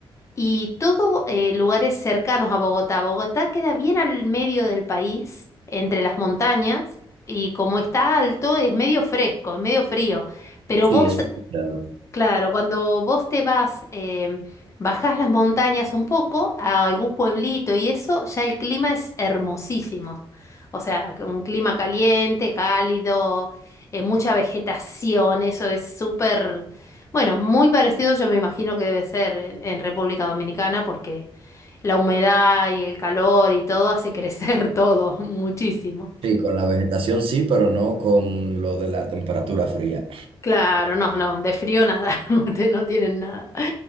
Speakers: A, on the left; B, on the right.
A: y todo eh, lugares cercanos a Bogotá. Bogotá queda bien al medio del país, entre las montañas, y como está alto es medio fresco, es medio frío. Pero
B: Sí,
A: vos
B: eso he escuchado.
A: Claro, cuando vos te vas, em, bajás las montañas un poco a algún pueblito y eso, ya el clima es hermosísimo. O sea, que un clima caliente, cálido, eh, mucha vegetación, eso es súper, bueno, muy parecido yo me imagino que debe ser en, en República Dominicana porque la humedad y el calor y todo hace crecer <laughs> todo muchísimo.
B: Sí, con la vegetación sí, pero no con lo de la temperatura fría.
A: Claro, no, no, de frío nada, <laughs> no te- no tienen nada.